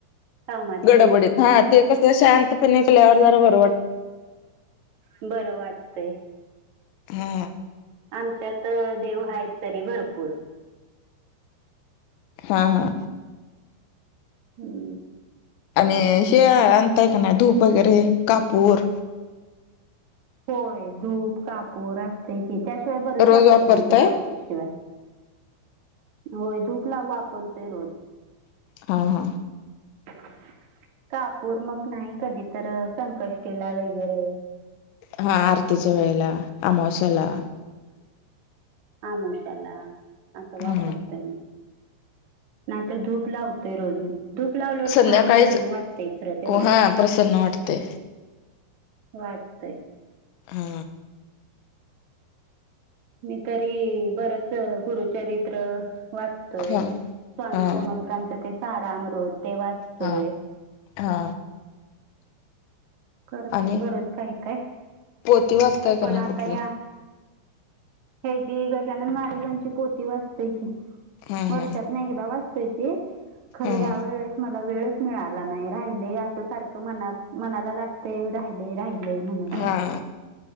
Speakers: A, on the right; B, on the left.
A: कामाची
B: गडबडीत हा ते कस शांत पणल्यावर जरा बघ
A: बरं वाटतय
B: हा
A: आमच्यात देव आहेत तरी भरपूर
B: हा हा
A: हम्म
B: आणि हे आणताय का नाही धूप वगैरे कापूर
A: होय धूप कापूर असतय की त्याशिवाय बरंच
B: रोज
A: वाटत
B: वापरताय
A: माहिती लावल्याशिवाय होय धूपला वापरतोय रोज
B: हा हा
A: <unintelligible> कापूर मग नाही कधी तर संकष्टीला वगैरे
B: हा आरतीच्या वेळेला अमावश्याला
A: हामशाला असं वापरतोय
B: हा
A: मी नाहीतर धूप लावतोय रोजून धूप लावलवर
B: संध्याकाळीच
A: छान वाटतेय खरं एवढंच
B: हा प्रसन्न वाटते
A: वाटतय
B: हा
A: मी तरी बरच गुरुचरित्र वाचतोय
B: हा
A: स्वामी
B: हा
A: समर्थांच ते सारामृत ते वाचतोय
B: हा हा
A: करतय
B: आणि
A: बरंच काय काय
B: पोती वाचताय का
A: पण
B: नाही
A: आता
B: कुठली
A: ह्या हे जी गजानन महाराजांची पोती वाजते
B: हम्म
A: वर्षात
B: हम्म
A: ना एकदा वाचतोय ते खर
B: हम्म
A: ह्या वेळे म वेळच मिळाला नाही राहि अस सारख म मनाला लाग राहि राहि ल म्हण
B: हा.